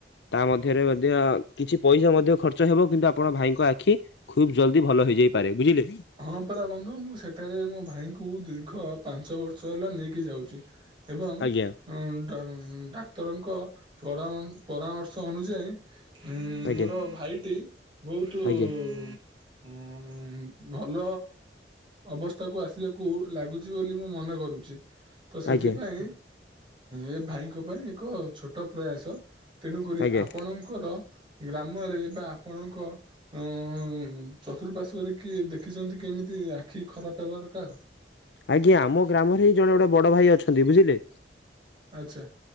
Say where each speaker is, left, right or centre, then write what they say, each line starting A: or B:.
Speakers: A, on the left; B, on the right.
A: ତା ମଧ୍ୟରେ ମଧ୍ୟ କିଛି ପଇସା ମଧ୍ୟ ଖର୍ଚ୍ଚ ହେବ କିନ୍ତୁ ଆପଣ ଭାଇଙ୍କ ଆଖି ଖୁବ୍ ଜଲଦି ଭଲ ହେଇଯାଇପାରେ ବୁଝିଲେ।
B: ହଁ ପରା ବନ୍ଧୁ ମୁଁ ସେଠାରେ ମୋ ଭା ଭାଇଙ୍କୁ ଦୀର୍ଘ ପାଞ୍ଚ ବର୍ଷ ହେଲା ନେଇକି ଯାଉଚି। ଏବଂ
A: ଆଜ୍ଞା
B: ଡ-ଡାକ୍ତରଙ୍କ ପରାମନ୍ ପରାମର୍ଶ ଅନୁଯାୟୀ ଉଁ
A: ଆଜ୍ଞା
B: ମୋର ଭାଇଟି ବହୁତୁ ଉଁ
A: ଆଜ୍ଞା
B: ଭଲ ଅବସ୍ଥାକୁ ଆସିବାକୁ ଲାଗୁଚି ବୋଲି ମୁଁ ମନେ କରୁଚି। ତ ସେଥିପାଇଁ
A: ଆଜ୍ଞା
B: ଏ ଭାଇଙ୍କ ପାଇଁ ଏକ ଛୋଟ ପ୍ରୟାସ। ତେଣୁ କରି
A: ଆଜ୍ଞା
B: ଆପଣଙ୍କର ଗ୍ରାମରେ ବା ଆପଣଙ୍କ ଅ ଚତୁଃପାର୍ଶ୍ଵରେ କି ଦେଖିଛନ୍ତି କେମିତି ଆଖି ଖରାପ ହେବାର କାହାର?
A: ଆଜ୍ଞା ଆମ ଗ୍ରାମରେ ଏ ଜଣେ ବଡ ଭାଇ ଅଛନ୍ତି ବୁଝିଲେ।
B: ଆଛା।